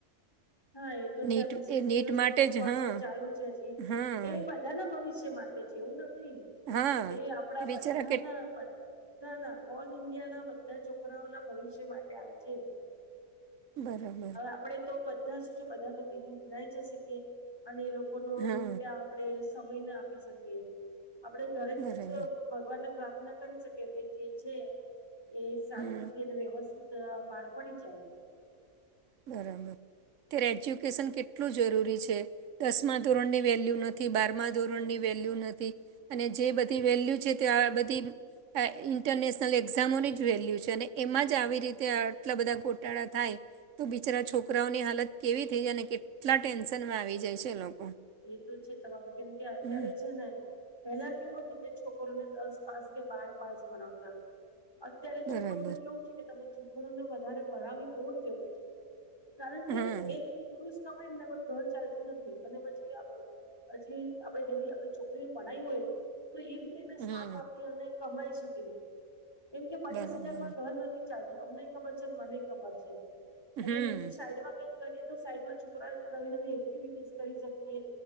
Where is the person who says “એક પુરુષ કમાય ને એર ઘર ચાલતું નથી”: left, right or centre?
Left